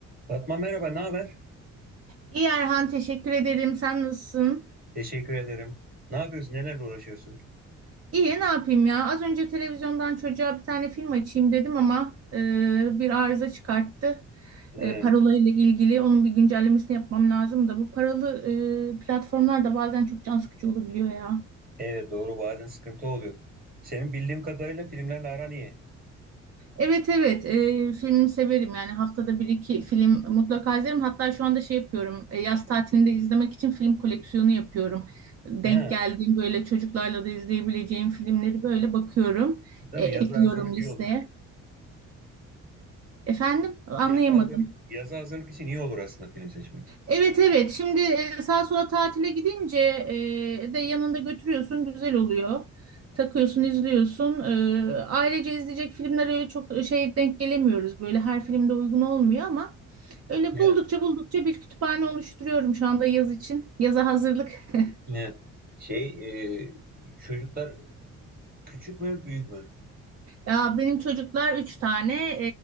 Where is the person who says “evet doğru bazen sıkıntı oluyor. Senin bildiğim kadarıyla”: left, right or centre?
Right